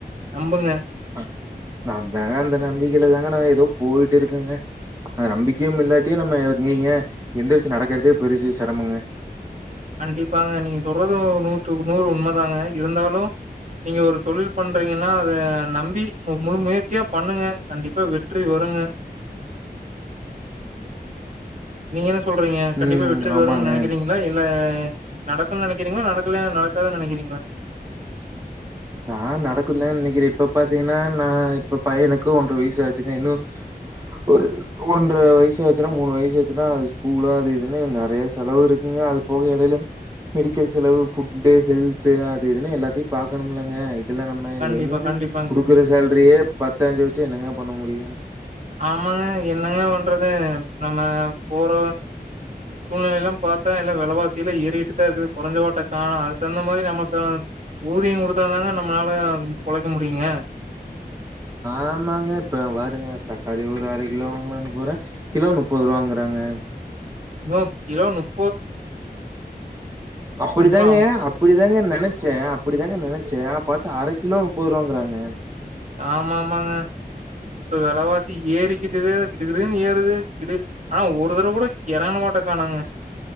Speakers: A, on the right; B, on the right.
A: நம்புங்க
B: அ தாங்க அந்த நம்பிக்கையில தாங்க நான் ஏதோ போயிட்டு இருக்கங்க அந்த நம்பிக்கையும் இல்லாட்டி நம்ம நீங்க எந்திரிச்சு நடக்கிறதே பெரிசு சிரமங்க
A: கண்டிப்பாங்க நீங்க சொல்றதும் நூத்துக்குநூறு உண்மைதாங்க இருந்தாலும் நீங்க ஒரு தொழில் பண்றீங்கன்னா அத நம்பி முழு முயற்சியா பண்ணுங்க கண்டிப்பா வெற்றி வருங்க நீங்க என்ன சொல்றீங்க கண்டிப்பா
B: ம்
A: வெற்றி
B: ஆமாங்க.
A: வரும்னு நினைக்குறீங்ளா என் நடக்கும்னு நினைக்கிறீங்களா நடக்கல நடக்காதுன்னு நினைக்கிறீங்களா
B: நான் நடக்கும் தான் நினைக்கிறேன் இப்ப பாத்தீங்கன்னா நான் இப்ப பையனுக்கு ஒன்ற வயசு ஆச்சுக்கேன் இன்னும் ஒரு ஒன்றரை வயசு ஆச்சுன்னா மூணு வயசு ஆச்சுன்னா அது ஸ்கூல அது எதுன்னு நிறைய செலவு இருக்குங்க அது போக இடையில மெடிக்கல் செலவு ஃபுட்டு ஹெல்து அது இதுன்னு எல்லாத்தையும் பாக்கணும்ல ங்க இல்ல நம்ம
A: கண்டிப்பா,
B: எங்க
A: கண்டிப்பாங்க.
B: கொடுக்குற சேல்ரியே பத்து அஞ்சு வச்சு என்னங்க பண்ண முடியும்
A: ஆமாங்க என்னங்க பண்றது நம்ம போற சூழ்நிலை எல்லாம் பாத்தா எல்லாம் விலவாசியிலாம் ஏறிட்டுதான் இருக்குது குறைஞ்ச பாட்டை காண அதுக்குதகுந்த மாதிரி நமக்கான ஊதியம் குடுத்தாதாங்க நம்மளால பொழைக்க முடியுங்க
B: ஆமாங்க இப்ப பாருங்க தக்காளி ஒரு அரை கிலோ வாங்கலாம்ன்னு போறேன் கிலோ முப்பது ரூபாங்குறாங்க
A: ப்ரோ கிலோ முப்
B: அப்படிதாங்க
A: ரூ.
B: அப்படிதாங்க நினைச்சேன் அப்படி தாங்க நினைச்சேன் பாத்தா அரை கிலோ போறோங்குறாங்க
A: ஆம் ஆமாங்க இப்ப வெலவாசி ஏறி கிட்டுது கடுகிடுனு ஏறுது கிடு ஆனா ஒரு தரவ கூட எறங்குன பாட்டக்கானாங்க